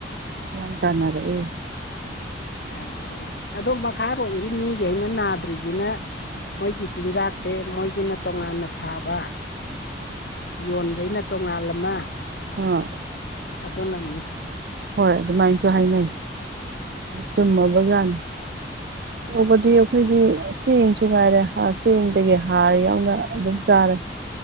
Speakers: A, on the right; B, on the left.
A: ꯍꯤꯌꯥꯡ ꯇꯥꯟꯅꯔꯛꯑꯦ
B: ꯌꯥꯝꯃꯔꯦ ꯑꯗꯣ ꯃꯈꯥꯔꯣꯝꯒꯤ ꯃꯤꯒꯩꯅ ꯅꯥꯗ꯭ꯔꯤꯁꯤꯅ ꯃꯣꯏꯒꯤ ꯆꯤꯟꯖꯥꯛꯁꯦ ꯃꯣꯏꯒꯤꯅ ꯇꯣꯉꯥꯟꯅ ꯊꯥꯕ ꯌꯣꯟꯕꯩꯅ ꯇꯣꯉꯥꯜ ꯑꯃ
A: ꯍꯥ
B: ꯑꯗꯣꯟꯅꯅꯤ
A: ꯍꯣꯏ ꯑꯗꯨꯃꯥꯏꯅꯁꯨ ꯍꯥꯏꯅꯩ ꯆꯨꯝꯃꯕꯖꯥꯅꯤ
B: <inaudible>
A: ꯇꯧꯕꯗꯤ ꯑꯩꯈꯣꯏꯗꯤ ꯆꯦꯡꯁꯨ ꯉꯥꯏꯔꯦ ꯍꯥꯔ ꯆꯦꯡꯗꯒꯤ ꯍꯥꯔ ꯌꯥꯎꯅ ꯑꯗꯨꯝ ꯆꯥꯔꯦ